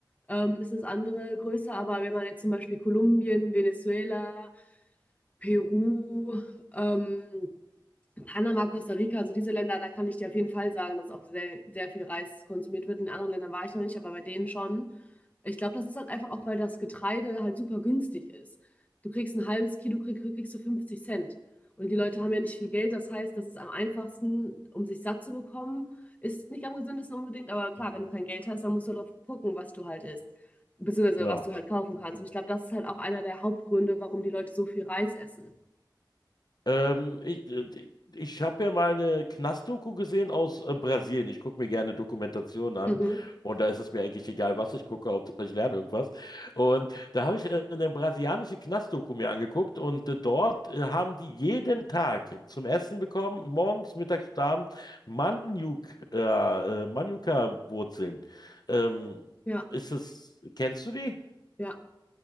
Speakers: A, on the left; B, on the left.
A: Ähm, ist das andere größer. Aber wenn man jetzt zum Beispiel Kolumbien, Venezuela, Peru, ähm, Panama, Costa Rica, also diese Länder, da kann ich dir auf jeden Fall sagen, dass auch sehr, sehr viel Reis konsumiert wird. In anderen Ländern war ich noch nicht, aber bei denen schon. Ich glaube, das ist halt einfach auch, weil das Getreide halt super günstig ist. Du kriegst ein halbes Kilo, krieg, kriegst du 50 Cent. Und die Leute haben ja nicht viel Geld. Das heißt, das ist am einfachsten, um sich satt zu bekommen. Ist nicht am gesündesten unbedingt, aber klar, wenn du kein Geld hast, dann musst du darauf gucken, was du halt isst. Beziehungsweise
B: Ja.
A: was du halt kaufen kannst. Und ich glaube, das ist halt auch einer der Hauptgründe, warum die Leute so viel Reis essen.
B: Ähm, ich äh, ich habe ja mal eine Knastdoku gesehen aus äh, Brasilien. Ich gucke mir gerne Dokumentationen an
A: Mhm.
B: und da ist es mir eigentlich egal, was ich gucke, Hauptsache ich lerne irgendwas. Und da habe ich äh, eine brasilianische Knastdoku mir angeguckt und äh, dort äh, haben die jeden Tag zum Essen bekommen, morgens, mittags und abends, Maniok, äh, äh, Manuka-Wurzeln. Ähm,
A: Ja,
B: ist es, kennst du die?
A: ja.